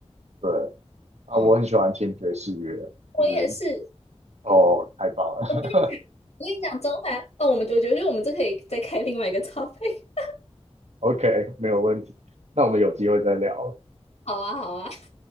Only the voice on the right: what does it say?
对啊，
我很喜欢听爵士乐，
就是哦，太棒了
<laughs>，OK，没有问题，那我们有机会再聊，